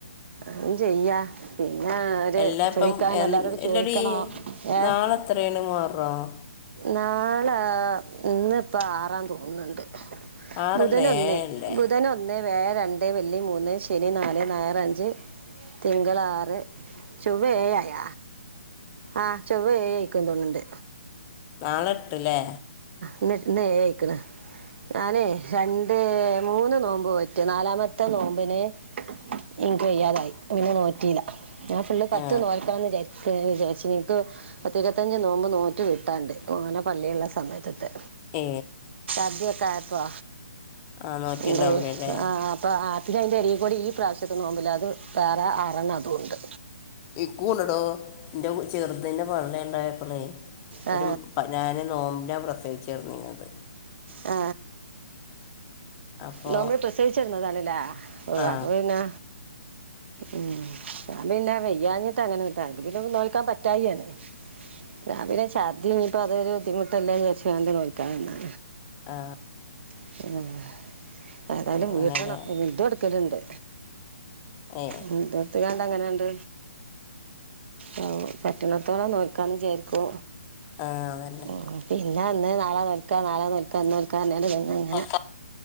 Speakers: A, on the right; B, on the left.
A: അതും ചെയ്യാ പിന്നെ അവര്
B: എല്ലാം ഇപ്പം
A: ചോയിക്കാൻ എല്ലാരോട്
B: എല്ലടി
A: ചോയിക്കണം ഏഹ്
B: നാളെ എത്രയാണ് മുഹറം
A: നാളെ ഇന്ന് ഇപ്പം ആറാന്ന് തോന്നുന്നുണ്ട്
B: ആറല്ലേ
A: ബുധൻ ഒന്ന്
B: ഏഴല്ലേ
A: ബുധൻ ഒന്നേ വ്യാഴം രണ്ടെ വെള്ളി മൂന്നേ ശനി നാലെ ഞായർ അഞ്ച് തിങ്കളാറ് ചൊവ്വ ഏഴയ ആഹ് ചൊവ്വ ഏയായിക്ക്‌ തോന്നണ്ട്
B: നാളെ ട്ടില്ലേ
A: ഇന്ന് ഇന്ന് ഏ ആയിക്കണ് ഞാനേ ര ഏ മൂന്ന് നോമ്പ് പറ്റും നാലാമത്തെ നോമ്പിന് എനിക്ക് വയ്യാതായി പിന്നെ നോറ്റീല്ല ഞാൻ ഫുള്ള് പത്ത്
B: ആ
A: നോൽക്കാന്ന് വിചാരി ക്ക് വിചാരിച്ചീനി എനിക്ക് പത്ത് ഇരുപത്തഞ്ച് നോമ്പ് നോറ്റു വിട്ടാണ്ട് ഓനെ പള്ളിയൊള്ള സ് സമയത്തെത്തെ
B: ഏ
A: അദ്യയൊക്കെ ആയപ്പോ
B: ആ നോറ്റിണ്ടാവൂലല്ലേ
A: ഉണ്ടേ ആ ആ അപ്പ അ പിന്നെ അതിൻന്റെ അരീ കൂടി ഈ പ്രാവശ്യത്തെ നോമ്പില്ലെ അത് വേറെ ആരാന്നാ തോന്ന്ണ്ട്
B: ഈ കൂണ് എടോ എന്റെ ചെറുതിന്റെ പള്ള ഇണ്ടായപ്പളേ
A: ആ,
B: ഒരു പതിനാല് നോ ഞാൻ പ്രസവിച്ചിറങ്ങിയത്
A: ആ
B: അപ്പോൾ
A: നോമ്പിന് പ്രസവിച്ചിരുന്നതാണല്ലേ ഓ
B: ആ
A: അപ്പ പിന്നെ ഉം ഞാൻ പിന്നെ വയ്യാനിട്ട അങ്ങനെ വിട്ടേ എങ്കി പിന്നെ ഒന്ന് നോക്കാൻ പറ്റായിയാണ് രാവിലെ ചദ്യ ഇനി ഇപ്പൊ അതൊരു ബുദ്ധിമുട്ടല്ലെ നച് നോക്കാന്നതാ
B: ആ
A: <unintelligible> ഏതായാലും
B: അങ്ങനല്ലേ
A: വീട്ടണം മുദ് ടുക്കലുണ്ട്
B: ഏ
A: മ് <unintelligible> പ്പം എങ്ങനെയണ്ട് ആ പ റ്റണത്തോളം നോക്കാന്ന്ചാരിക്കു
B: ആ അതന്നെ
A: ഉ പി പിഞാ വന്ന് നാളെ നാളെ നോക്ക ഇന്ന് നൽക്ക <unintelligible>
B: നോൽക്ക